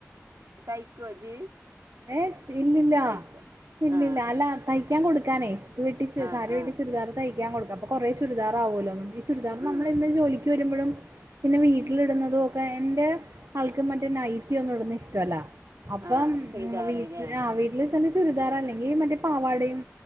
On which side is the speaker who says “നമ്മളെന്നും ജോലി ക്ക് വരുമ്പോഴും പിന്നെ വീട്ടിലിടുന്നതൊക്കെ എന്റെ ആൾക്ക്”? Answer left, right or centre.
Right